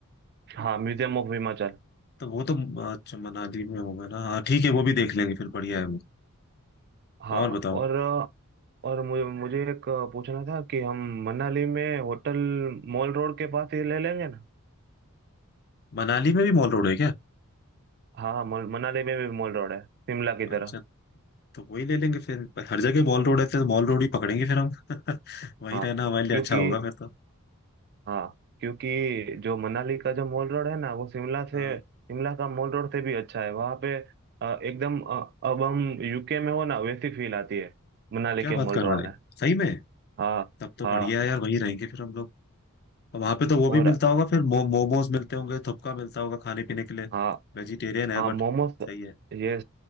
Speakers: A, on the right; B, on the left.
A: हाँ म्यूजियम ऑफ हिमाचल
B: तो वो तो अच्छा मनाली में होगा ना हाँ ठीक है वो भी देख लेंगे फिर बढ़िया है वो
A: हाँ
B: और बताओ
A: और और मुझे मुझे एक पूछना था कि हम मनाली में होटल मॉल रोड के पास ही ले लेंगे ना
B: मनाली में भी मॉल रोड है क्या
A: हाँ मॉल- मनाली में भी मॉल रोड है शिमला की
B: अच्छा
A: तरह
B: तो वही ले लेंगे फिर पर हर जगह मॉल रोड है तो मॉल रोड ही पकड़ेंगे फिर हम <laughs> वहीं
A: हाँ
B: रहना हमारे लिए
A: क्योंकि
B: अच्छा होगा फिर तो
A: हाँ क्योंकि जो मनाली का जो मॉल रोड है ना वो शिमला से
B: हाँ
A: शिमला का मॉल रोड से भी अच्छा है वहाँ पे अ, एकदम अ, अब हम यूके में हो ना वैसी फील आती है मनाली
B: क्या
A: के
B: बात
A: मॉल
B: कर
A: रोड
B: रहा है
A: में
B: सही में
A: हाँ
B: तब तो
A: हाँ
B: बढ़िया है यार वहीं रहेंगे फिर हम लोग वहां पे तो वो
A: और
B: भी मिलता होगा फिर मो, मोमोज मिलते होंगे थपका मिलता होगा खाने पीने के लिए
A: हाँ
B: वेजिटेरियन है
A: हाँ मोमोस
B: बट सही है
A: ये